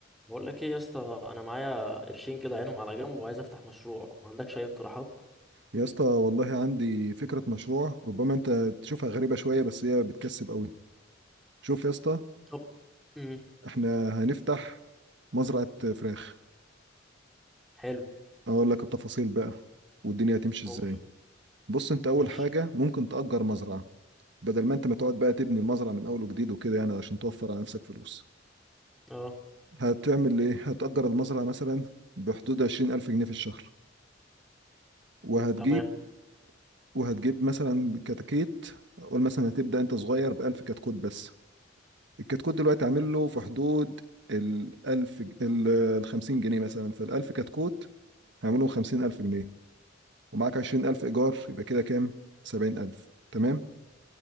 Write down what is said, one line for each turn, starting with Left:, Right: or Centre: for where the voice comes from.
Centre: بقول لك ايه يا اسطى انا معايا قرشين كده عينهم على جنب وعايز افتح مشروع ما عندكش اي اقتراحات
Right: يا اسطى والله عندي فكرة مشروع ربما انت تشوفها غريبة شوية بس هي بتكسب قوي شوف يا اسطى
Centre: طب امم
Right: احنا هنفتح مزرعة فراخ
Centre: حلو
Right: اقول لك التفاصيل بقى والدنيا هتمشي
Centre: قول
Right: ازاي بص انت اول
Centre: ماشي
Right: حاجة ممكن تأجر مزرعة بدل ما انت ما تقعد بقى تبني المزرعة من اول وجديد وكده يعني عشان توفر على نفسك فلوس
Centre: اه
Right: هتعمل ايه هتأجر المزرعة مثلا بحدود عشرين ألف جنيه في الشهر وهتجيب
Centre: تمام
Right: وهتجيب مثلا كتاكيت قول مثلا هتبدأ انت صغير بألف كتكوت بس الكتكوت دلوقتي عامل له في حدود ال 1000 ج- ال ال 50 جنيه مثلا فال 1000 كتكوت هعملهم 50000 جنيه ومعاك 20000 إيجار يبقى كده كام؟ 70000 تمام؟